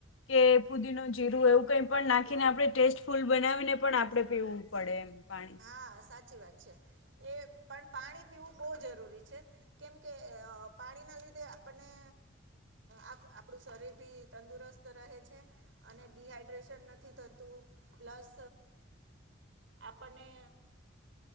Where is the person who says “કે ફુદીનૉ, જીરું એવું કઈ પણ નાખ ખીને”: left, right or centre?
Left